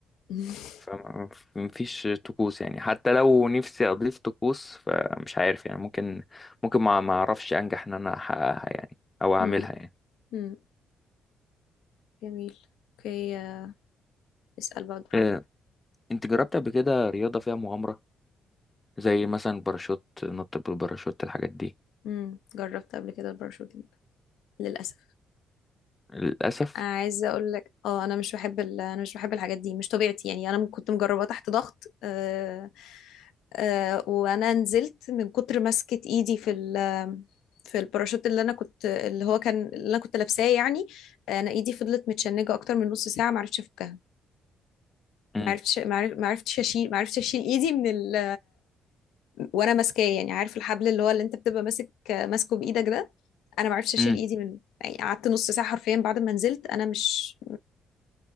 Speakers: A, on the left; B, on the left.
A: <laughs>
B: فما- فمفيش طقوس يعني حتى لو نفسي اضيف طقوس فمش عارف يعني ممكن ممكن ما ما اعرفش انجح ان انا احققها يعني او اعملها
A: امم
B: يعني
A: امم جميل اوكي آه، اسأل بقى دور
B: آه،
A: عليك
B: انت جربت قبل كده رياضة فيها مغامرة زي مثلا باراشوت نط بالباراشوت الحاجات دي
A: امم جربت قبل كده الباراشوتنج للأسف
B: للأسف
A: عايزه اقول لك اه انا مش بحب ال... انا مش بحب الحاجات دي مش طبيعتي يعني انا م- كنت مجرباه تحت ضغط آه آه وانا نزلت من كتر ماسكه ايدي في ال... في الباراشوت اللي انا كنت اللي هو كان اللي انا كنت لابساه يعني انا ايدي فضلت متشنجه اكتر من نص ساعه ما عرفتش افكها
B: مم.
A: ما عرفتش ما عرف- ما عرفتش اشيل ما عرفتش اشيل ايدي من ال... وانا ماسكاه يعني عارف الحبل اللي هو اللي انت بتبقى ماسك ماسكه بايدك ده انا ما عرفتش اشيل
B: مم.
A: ايدي منه يعني قعدت نص ساعه حرفيا بعد ما نزلت انا مش